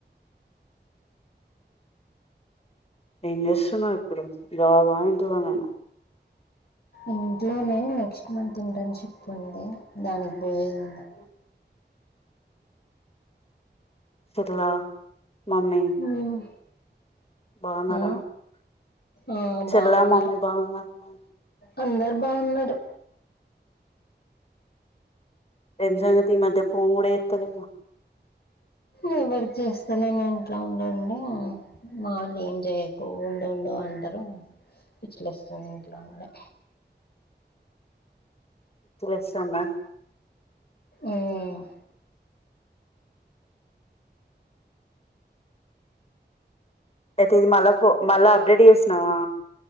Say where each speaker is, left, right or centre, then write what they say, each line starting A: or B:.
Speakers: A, on the left (about 35°); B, on the left (about 60°).
A: ఏం జేస్తున్నవు ఇప్పుడు జాబ ఇంట్లనేనా
B: ఇంట్లోనే నెక్స్ట్ మంత్ ఇంటర్న్‌షిప్ ఉంది. దానికి బోయేది ఉంది
A: సెటిల్ ఆ మమ్మీ
B: ఉమ్,
A: బాగున్నారా
B: ఆ ఆ
A: చెల్లా
B: బాగున్నారు
A: మమ్మీ బాగున్నారా
B: అందరూ బాగున్నారు.
A: ఏం సంగతి ఈ మధ్య ఫోన్ గూడ చేత్తలేవు
B: ఏం వర్క్ చేస్తాలేను. ఇంట్లో ఉండి ఉండి మా వాళ్లు ఏం చేయకు, ఉండు ఉండు అంటారు. పిచ్చిలేస్తుంది ఇంట్లో ఉండి
A: పిచ్చిలేస్తాంద
B: ఉమ్
A: అయితే ఇది మళ్ళా ఫో మళ్ళా అప్డేట్ చేసినావా